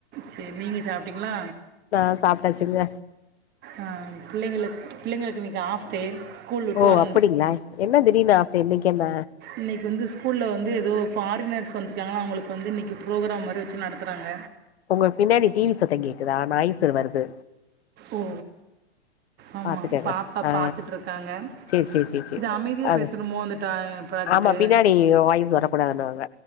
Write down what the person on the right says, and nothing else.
சேரி நீங்க சாப்ட்டீங்களா
ஆ புள்ளைங்களுக்கு புள்ளைங்களுக்கு இன்னக்கி ஆஃப் டே ஸ்கூல் விட்டு
வந்
இன்னக்கி வந்து ஸ்கூல் வந்து ஏதோ ஃபாரினர்ஸ் வந்துருக்காங்களம் அவுங்களுக்கு வந்து இன்னக்கி ப்ரோக்ராம் மாதிரி வச்சு நடத்துறாங்க
ஓ ஆமா
பாப்பா
பாத்துட்டுருக்காங்க
இது அமைதியா
பேசணுமோ இந்த ட ப்ராஜெட்டு